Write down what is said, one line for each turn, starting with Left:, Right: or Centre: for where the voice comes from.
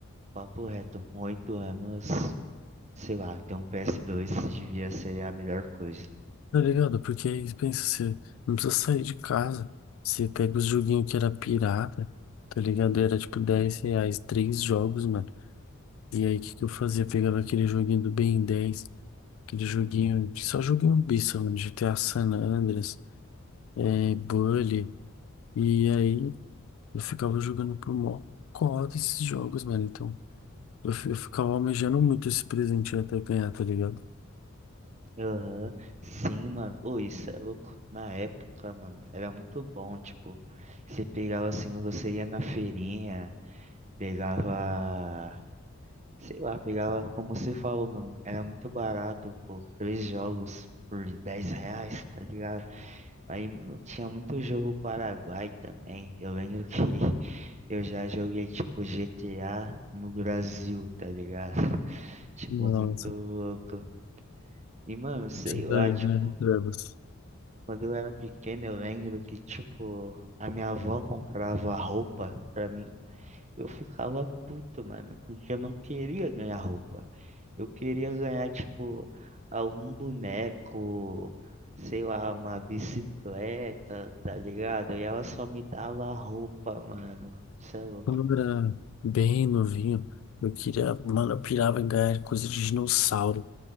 Right: papo reto, com oito anos, sei lá, ter um PS2 devia ser a melhor coisa.
Left: Tá ligado? Porque aí pensa, você não precisa sair de casa. Você pega os joguinhos que era pirata, tá ligado? Era tipo 10 reais, três jogos, mano. E aí o que que eu fazia? Pegava aquele joguinho do Ben 10 aquele joguinho, de- só joguinho besta, mano. GTA San Andreas, é, Bully. E aí eu ficava jogando pro mó cota esses jogos, mano. Então eu, fi- eu ficava almejando muito esse presente até ganhar, tá ligado?
Right: Aham, Sim, mano, ô, isso é louco. Na época, mano, era muito bom, tipo, você pegava assim, você ia na feirinha, pegava, sei lá, pegava, como você falou, mano, era muito barato, pô, três jogos por 10 reais, tá ligado? Aí mu- tinha muito jogo Paraguai também. Eu lembro que <laughs> eu já joguei tipo GTA no Brasil, tá ligado? <laughs> Tipo,
Left: Nossa,
Right: muito louco. E mano, sei
Left: isso
Right: lá,
Left: daí,
Right: tipo,
Left: né? Trevas.
Right: quando eu era pequeno, eu lembro que, tipo, a minha avó comprava roupa pra mim. Eu ficava puto, mano, porque eu não queria ganhar roupa. Eu queria ganhar, tipo, algum boneco, sei lá, uma bicicleta, tá ligado? E ela só me dava a roupa, mano. Você é louco.
Left: Quando eu era bem novinho, eu queria, mano, eu pirava em ganhar coisa de dinossauro